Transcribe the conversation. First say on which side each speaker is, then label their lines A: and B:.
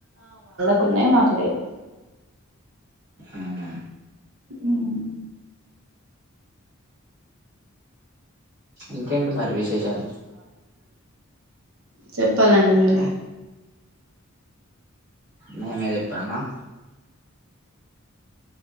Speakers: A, on the right; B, on the right.
A: కున్నాయి మాకు లేదు
B: అవునా
A: ఉమ్
B: ఇంకేంటి మరి విషయం విషాలు
A: చెప్పాలండి మీరే
B: మేమే చెప్పాల్నా